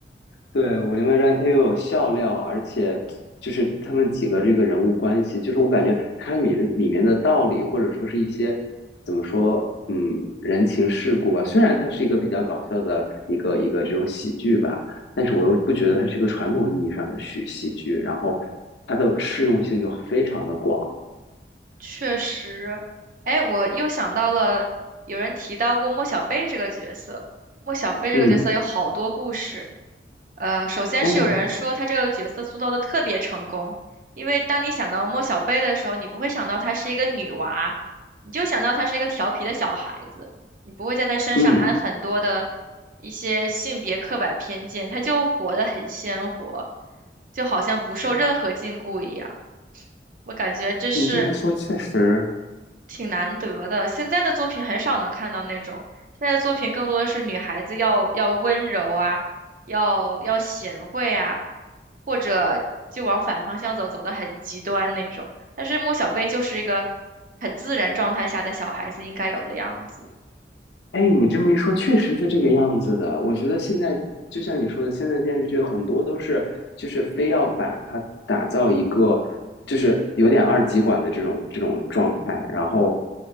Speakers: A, on the left; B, on the right.
A: 对，《武林外传》它又有笑料，而且就是他们几个这个人物关系，就是我感觉它里面里面的道理，或者说是一些怎么说，嗯，人情世故吧。虽然它是一个比较搞笑的一个一个这种喜剧吧，但是我又不觉得它是一个传统意义上的喜喜剧，然后它的适用性就非常的广。
B: 确实，哎，我又想到了，有人提到过莫小贝这个角色。莫小贝这个角色有好多故事。
A: 嗯，
B: 呃，首先是有人说他这个角色塑造的特别成功，
A: 哦，
B: 因为当你想到莫小贝的时候，你不会想到她是一个女娃，你就想到她是一个调皮的小孩子，你不会在她身上安很多的
A: 嗯，
B: 一些性别刻板偏见，她就活得很鲜活，就好像不受任何禁锢一样。
A: 哦
B: 我感觉这是。
A: 你这么说确实，
B: 挺难得的。现在的作品很少能看到那种，现在的作品更多的是女孩子要要温柔啊，要要贤惠啊，或者就往反方向走，走得很极端那种。但是莫小贝就是一个很自然状态下的小孩子应该有的样子。
A: 哎，你这么一说，确实是这个样子的。我觉得现在就像你说的，现在的电视剧很多都是，就是非要把它打造一个，就是有点二极管的这种这种状态。然后，